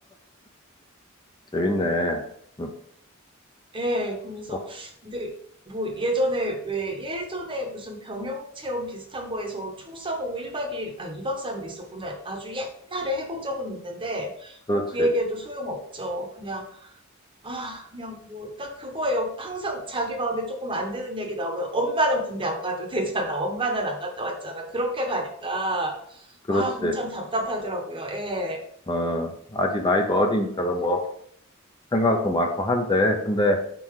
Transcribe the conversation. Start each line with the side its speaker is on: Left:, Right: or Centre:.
Left: 재밌네. 응,
Right: 예, 그러면서,
Left: 어,
Right: 근데, 뭐, 예전에, 왜, 예전에 무슨 병영 체험 비슷한 거에서 총 쏴보고 1박 2일, 아, 이박 3일 있었구나. 아주 옛날에 해본 적은 있는데,
Left: 그렇지.
Right: 뭐, 그 얘기해도 소용없죠. 그냥, 아, 그냥 뭐, 딱 그거예요. 항상 자기 마음에 조금 안 드는 얘기 나오면, 엄마는 군대 안 가도 되잖아. 엄마는 안 갔다 왔잖아. 그렇게 가니까,
Left: 그렇지.
Right: 아, 그럼 참 답답하더라고요. 예,
Left: 어, 아직 나이도 어리니까 뭐 생각도 많고 한데 근데